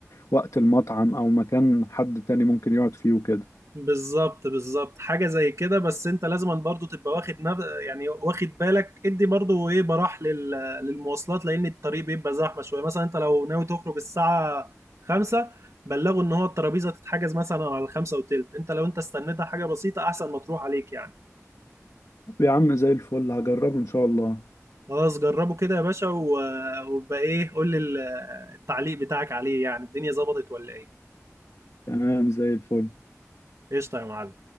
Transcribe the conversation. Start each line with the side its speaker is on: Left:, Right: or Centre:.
Left: وقت المطعم او مكان حد تاني ممكن يقعد فيه وكده
Right: بالظبط بالظبط حاجة زي كده بس انت لازم برضو تبقى واخد نف... يعني واخد بالك ادي برضو ايه براح لل... للمواصلات لان الطريق بيبقى زحمة شوية مثلا انت لو ناوي تخرج الساعة خمسة بلغه ان هو الترابيزة تتحجز مثلا على الخمسة وتلت انت لو انت استنيتها حاجة بسيطة احسن ما تروح عليك يعني
Left: طب يا عم زي الفل هجربه ان شاء الله
Right: خلاص جربه كده يا باشا و... وبقى ايه قول لي ال- التعليق بتاعك عليه يعني الدنيا ظبطت ولا ايه
Left: تمام زي الفل
Right: قشطة يا معلم